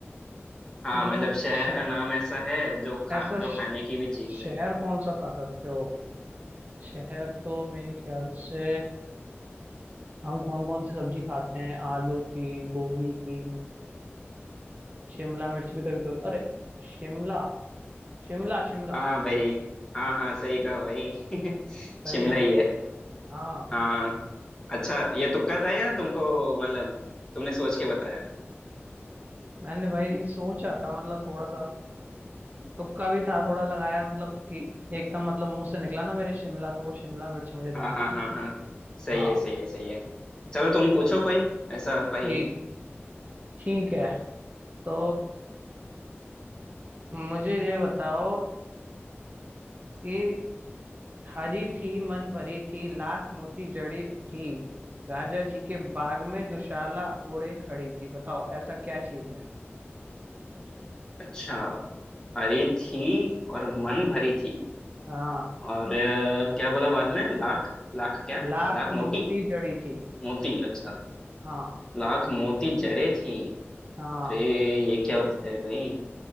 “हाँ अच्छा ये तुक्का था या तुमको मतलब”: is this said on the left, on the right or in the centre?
Left